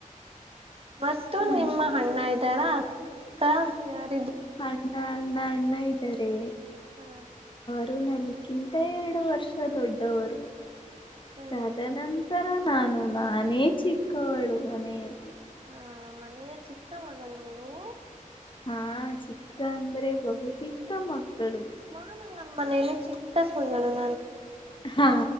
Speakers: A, on the right; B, on the left.
A: ಫಸ್ಟು
B: ನನ್
A: ನಿಮ್ಮ ಅಣ್ಣ ತರ ಅಕ್ಕ ಯಾರ್
B: ಅ <unintelligible> ಅಣ್ಣ ಅಣ್ಣ ಇದ್ದಾರೆ.
A: ಹಾ
B: ಡು ನನಕ್ಕಿಂತ ಎರಡು ವರ್ಷ ದೊಡ್ಡವರು.
A: ಹ್ಮ್
B: ತದನಂತರ ನಾನು. ನಾನೇ ಚಿಕ್ಕವಳು ಮನೆಯಲ್ಲಿ.
A: ಹ ಮನೆಯ ಚಿಕ್ಕ ಮಗಳು ನೀವು.
B: ಹಾ ಚಿಕ್ಕ ಅಂದ್ರೆ ಬಹು ಚಿಕ್ಕ ಮಕ್ಕಳು.
A: ನಾನು ನಮ್ಮ <unintelligible>
B: ಹಾ